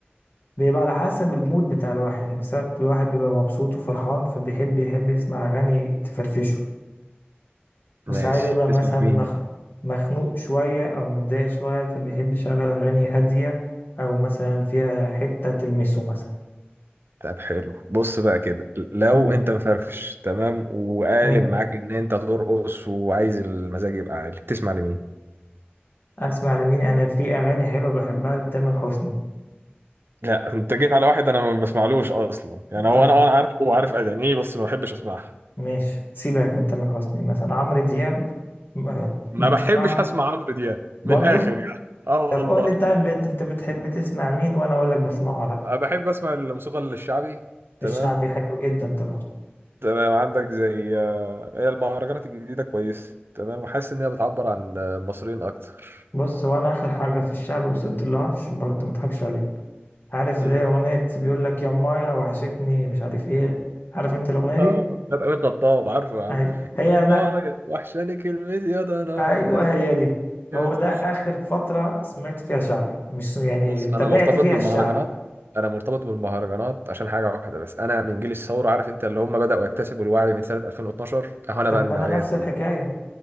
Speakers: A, on the left; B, on the right.
A: بيبقى على حسب المود بتاع الواحد يعني ساعات الواحد بيبقى مبسوط وفرحان فبيحب يحب يسمع أغاني تفرفشه
B: ماشي
A: وساعات بيبقى
B: تسمع
A: مثلا مخ...
B: مين
A: مخنوق شوية أو متضايق شوية فبيحب يشغل أغاني هادية أو مثلا فيها حتة تلمسه مثلا
B: طب حلو بص بقى كده لو
A: امم
B: انت مفرفش تمام وقالب
A: حلو
B: معاك ان انت ترقص وعايز المزاج يبقى عالي بتسمع لمين
A: أسمع لمين أنا في أغاني حلوة بحبها لتامر حسني
B: لا انت جيت على واحد انا ما بسمعلوش اصلا يعني هو
A: طيب
B: انا انا عارفه وعارف اغانيه بس ما بحبش اسمعها
A: ماشي سيبك من تامر حسني مثلا عمرو دياب م- آه،
B: ما
A: بسمع
B: بحبش
A: له
B: اسمع عمرو دياب من
A: برضه
B: الاخر يعني اه
A: طب
B: والله
A: قول لي طيب بت- انت بتحب تسمع مين وانا اقول لك بسمعه ولا لا
B: أنا بحب أسمع الموسيقى الشعبي تمام
A: الشعبي حلو جدا طبعا
B: تمام عندك زي آه، هي المهرجانات الجديدة كويسة تمام وحاسس إنها بتعبر عن آه، المصريين أكتر
A: بص هو انا اخر حاجه في الشعبي وصلت لها عشان برضه ما اضحكش عليك عارف
B: مم.
A: اللي هي اغنيه بيقول لك يا مايا وحشتني مش عارف ايه عارف انت الاغنيه دي
B: آه بتاعت أمين خطاب عارفه يا عم
A: أهي.
B: يما
A: هي انا
B: وحشاني كلمتي يا ضناي
A: ايوه
B: أنا
A: هي دي
B: جامد
A: هو ده
B: ف-
A: اخر فتره سمعت فيها شعبي مش يعني
B: بص
A: تابعت
B: أنا مرتبط
A: فيها
B: بالمهرجانات
A: الشعبي
B: أنا مرتبط بالمهرجانات عشان حاجة واحدة بس أنا من جيل الثورة عارف أنت اللي هم بدأوا يكتسبوا الوعي من سنة 2012 أهو أنا
A: طب
B: بقى
A: ما
B: من النوعية
A: انا نفس الحكايه
B: دي